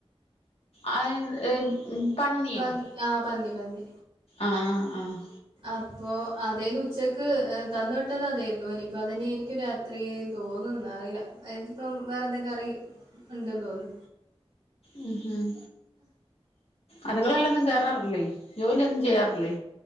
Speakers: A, on the left; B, on the right.
A: അയെ <unintelligible> പന്നിയോ
B: പന്നി ആഹ് പന്നി പന്നി
A: ആഹ് ആഹ് ആഹ്
B: അപ്പോ അതേന്ന് ഉച്ചക്ക് തന്ന് വിട്ടത് അതേയ്ര്ന്നു ഇനിപ്പോ അതെന്നേയിരിക്കും രാ ത്രിയും തോന്ന്ന്ന് അറീലാ ത്പ്പം വേറെ എന്തെങ്കി കറി ഉണ്ട് തോന്ന്
A: ഉം ഉം അട്ക്കളേലൊന്നും കേറാറില്ലേ ജോലിയൊന്നും ചെയ്യാറില്ലേ